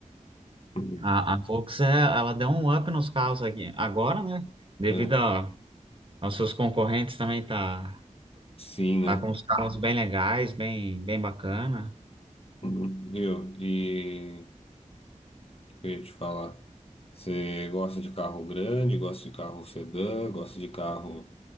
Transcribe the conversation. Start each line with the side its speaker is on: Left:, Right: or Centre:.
Left: Uhum.
Right: A, a Volks, é, ela deu um up nos carros aqui. Agora, né? Devido
Left: É,
Right: a- aos seus concorrentes também tá.
Left: sim, né?
Right: Tá com uns carros bem legais, bem, bem bacana.
Left: Uhum. Viu? E o que eu ia te falar. Você gosta de carro grande, gosta de carro sedã, gosta de carro